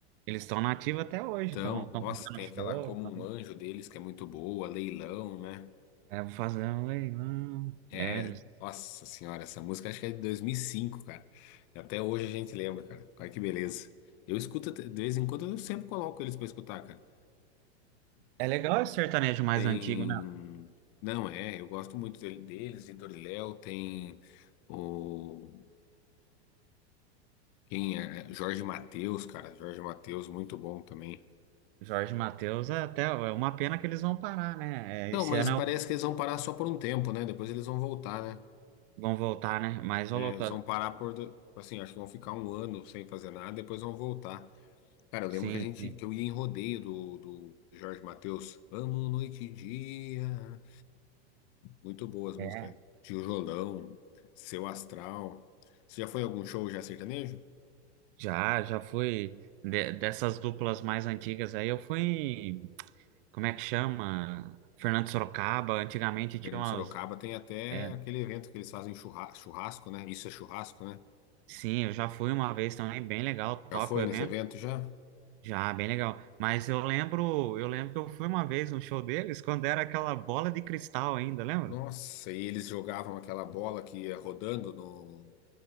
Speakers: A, on the right; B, on the left.
A: Eles estão na ativa até hoje,
B: Então,
A: estão estão
B: nossa,
A: fazendo
B: tem aquela
A: show,
B: Como
A: tão,
B: um Anjo deles que é muito boa, Leilão, né?
A: é, vou fazer um leilão.
B: É,
A: É, eles-
B: nossa senhora, essa música acho que é de 2005, cara. Até hoje a gente lembra, cara. Olha que beleza. Eu escuto, até- de vez em quando eu sempre coloco eles pra escutar, cara.
A: é legal esse sertanejo mais
B: Tem.
A: antigo, né?
B: Não, é, eu gosto muito dele- deles, Vitor e Léo, tem o. Quem é? é, Jorge Mateus, cara. Jorge Mateus, muito bom também.
A: Jorge Mateus é até é uma pena que eles vão parar, né?
B: Não,
A: É, esse
B: mas
A: ano
B: parece
A: é o-
B: que eles vão parar só por um tempo, né? Depois eles vão voltar, né?
A: vão voltar, né? Mas ô
B: Eles
A: louco,
B: vão parar por, do- tipo assim, acho que vão ficar um ano sem fazer nada, depois vão voltar. Cara, eu
A: sim,
B: lembro que a gente,
A: sim.
B: que eu ia em rodeio do, do Jorge Mateus. Amo noite e dia. Muito boas músicas.
A: É,
B: Tijolão, Seu Astral. Você já foi a algum show já sertanejo?
A: já, já fui de- dessas duplas mais antigas aí, eu fui, em- como é que chama? Fernando Sorocaba, antigamente tinha
B: Fernando
A: umas
B: Sorocaba tem até
A: é,
B: aquele evento que eles fazem churra- churrasco, né? Isso é churrasco, né?
A: Sim, eu já fui uma vez também, bem legal, top
B: Já foi
A: o evento.
B: nesse evento já?
A: Já, bem legal. Mas eu lembro, eu lembro que eu fui uma vez no show deles quando era aquela bola de cristal ainda, lembra?
B: Nossa, e eles jogavam aquela bola que ia rodando no,